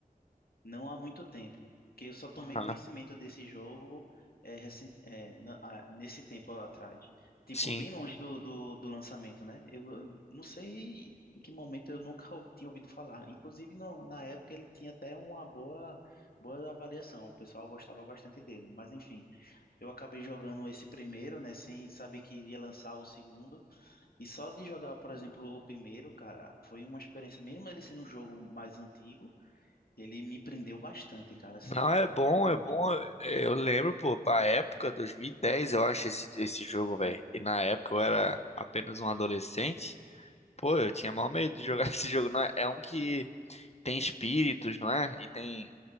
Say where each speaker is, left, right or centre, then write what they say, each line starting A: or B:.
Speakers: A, on the left; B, on the left.
A: Não há muito tempo, que eu só tomei
B: Aham.
A: conhecimento desse jogo é, recen- é, na- ah, nesse tempo atrás. Tipo,
B: Sim.
A: bem longe do, do, do lançamento, né? Eu não não sei em que momento eu nunca ou- tinha ouvido falar. Inclusive, no- na época ele tinha até uma boa, boa avaliação, o pessoal gostava bastante dele. Mas enfim, eu acabei jogando esse primeiro, né? Sem saber que iria lançar o segundo. E só de jogar, por exemplo, o primeiro, cara, foi uma experiência, mesmo ele sendo um jogo mais antigo. Ele me prendeu bastante, cara, assim.
B: Não, é bom,
A: Tipo,
B: é
A: o
B: bom.
A: estilo.
B: É, Eu lembro, pô, pra época, 2010, eu acho esse, esse jogo, velho. E na época eu era apenas um adolescente. Pô, eu tinha mal medo de jogar <laughs> esse jogo. Não é? É um que tem espíritos, não é? E tem.